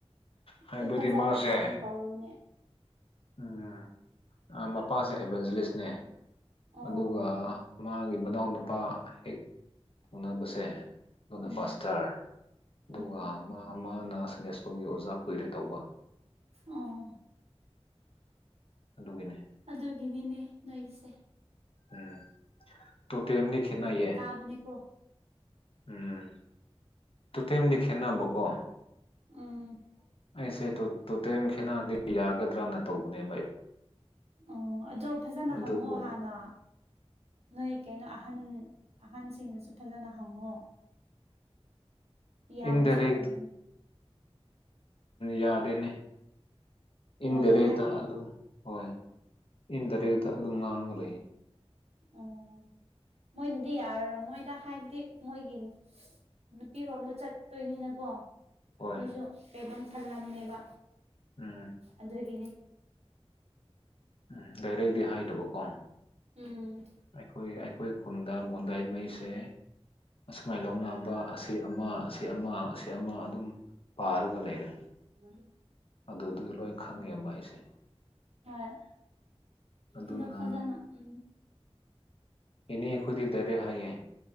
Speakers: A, on the left; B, on the right.
A: ꯍꯥꯏꯕꯗꯤ
B: ꯑꯗꯨ ꯐꯖꯅ
A: ꯃꯥꯁꯦ
B: ꯀꯩꯅꯣꯝ ꯇꯧꯔꯨꯅꯦ
A: ꯎꯝ ꯑ ꯃꯄꯥꯁꯦ ꯑꯦꯚꯦꯟꯖꯂꯤꯁꯅꯦ
B: ꯑꯣ
A: ꯑꯗꯨꯒ ꯃꯥꯒꯤ ꯃꯅꯥꯎꯅ ꯅꯨꯄꯥ ꯍꯦꯛ ꯊꯪꯅꯕꯁꯦ꯫ ꯑꯗꯨꯅ
B: ꯎꯝ
A: ꯄꯥꯁꯇꯔ ꯑꯗꯨꯒ
B: ꯎꯝ
A: ꯃꯥ ꯃꯥꯅ ꯁꯟꯗꯦ ꯁ꯭ꯀꯨꯜꯒꯤ ꯑꯣꯖꯥ ꯀꯨꯏꯔꯦ ꯇꯧꯕ꯫
B: ꯎꯝ
A: ꯑꯗꯨꯒꯤꯅꯦ꯫
B: ꯑꯗꯨꯒꯤꯅꯤꯅꯦ ꯅꯣꯏꯁꯦ꯫
A: ꯎꯝ ꯇꯨ ꯇ ꯑꯦꯝꯅꯤ ꯈꯦꯅꯥ ꯌꯦ꯫
B: ꯕꯅꯤ ꯀꯣ
A: ꯎꯝ ꯇꯣꯇꯦꯝꯗꯤ ꯈꯦꯠꯅꯕꯀꯣ
B: ꯎꯝ
A: ꯁꯦ ꯇꯣꯇꯦꯝ ꯈꯦꯠꯅꯗꯤ ꯌꯥꯒꯗ꯭ꯔꯅ ꯇꯧꯕꯅꯦꯕ ꯑꯩꯕ
B: ꯑꯣ ꯑꯗꯣ ꯐꯖꯅ
A: ꯑꯗꯨꯕꯨ
B: ꯍꯪꯉꯣ ꯍꯥꯟꯅ ꯅꯣꯏ ꯀꯩꯅꯣ ꯑꯍꯟ ꯑꯍꯟꯁꯤꯡꯅꯁꯨ ꯐꯖꯅ ꯍꯪꯉꯣ <inaudible> ꯌꯥꯕꯁꯨ
A: ꯏꯟ ꯗꯔꯦ
B: ꯂꯩꯕꯅꯤ
A: ꯌꯥꯗꯅꯦ꯫ ꯏꯟꯗꯥꯏꯔꯦꯛꯇ
B: ꯌꯥꯗꯦ ꯍꯥꯏꯌꯦ
A: ꯑꯗꯨꯝ ꯍꯣꯏ ꯏꯟ ꯗꯥꯏꯔꯦꯛꯇ ꯑꯗꯨꯝ ꯉꯥꯡꯒ ꯂꯩ꯫
B: ꯑꯣ ꯃꯣꯏꯅꯗꯤ ꯌꯥꯔꯔ ꯃꯣꯏꯗ ꯍꯥꯏꯕꯗꯤ ꯃꯣꯏꯒꯤ꯫ ꯅꯨꯄꯤꯔꯣꯝꯗ ꯆꯠꯇꯣꯏꯅꯤꯅꯀꯣ
A: ꯍꯣꯏ
B: ꯃꯣꯏꯁꯨ ꯀꯩꯅꯣꯝ ꯊꯜꯂꯝꯅꯦꯕ꯫
A: ꯎꯝ
B: ꯑꯗꯨꯗ꯭ꯔꯒꯅꯦ꯫
A: ꯎꯝ ꯂꯩꯔꯛꯗꯤ ꯍꯥꯏꯗꯕꯀꯣ꯫
B: ꯎꯝ
A: ꯑꯩꯈꯣꯏ ꯑꯩꯈꯣꯏ ꯈꯨꯟꯗ ꯒꯨꯟꯗꯥꯏ ꯃꯩꯁꯦ ꯑꯁꯨꯃꯥꯏ ꯂꯧꯅ ꯑꯁꯤ ꯑꯃ ꯑꯁꯤ ꯑꯃ ꯑꯁꯤ ꯑꯃ ꯑꯗꯨꯝ ꯄꯥꯔꯒ ꯂꯩꯔꯦ꯫
B: ꯎꯝ
A: ꯑꯗꯨꯗꯨꯗꯤ ꯂꯣꯏ ꯈꯪꯉꯦꯕ ꯑꯩꯁꯦ꯫
B: ꯍꯣꯏ
A: ꯑꯗꯨꯅ
B: ꯑꯗ ꯐꯖꯅ ꯎꯝ
A: ꯑꯦꯅꯦ ꯑꯩꯈꯣꯏꯗꯤ ꯗꯔꯦ ꯍꯥꯏꯌꯦ꯫